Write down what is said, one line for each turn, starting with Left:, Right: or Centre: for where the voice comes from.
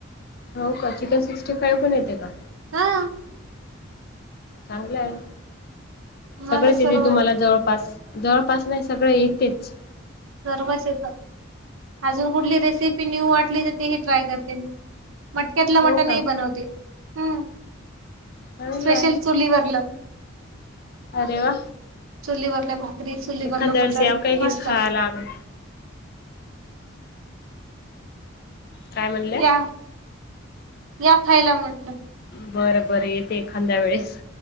Left: हो का चिकन सिक्स्टी फाईव्ह पण येते का?
Right: हा.
Left: चांगलं आहे
Right: मला
Left: सगळेच
Right: सर्व
Left: येते तुम्हाला जवळपास. जवळपास नाही सगळ येतेच.
Right: सर्वच येत अजून कुठली रेसिपी न्यू वाटली तर तेही ट्राय करते म मटक्यातलं
Left: हो
Right: मटण
Left: का
Right: ही बनवते हम्म.
Left: चांगलं
Right: स्पेशल
Left: आहे
Right: चुलीवरलं
Left: अरे वा
Right: चुलीवरलं भाकरी चुलीवरलं
Left: एखाद्या
Right: मटण
Left: वेळेस याव काय घेऊन
Right: मस्त
Left: खायला
Right: हम.
Left: आम्ही काय म्हणल्या
Right: या या खायला म्हटलं.
Left: बरं बरं येते एखाद्या वेळेस.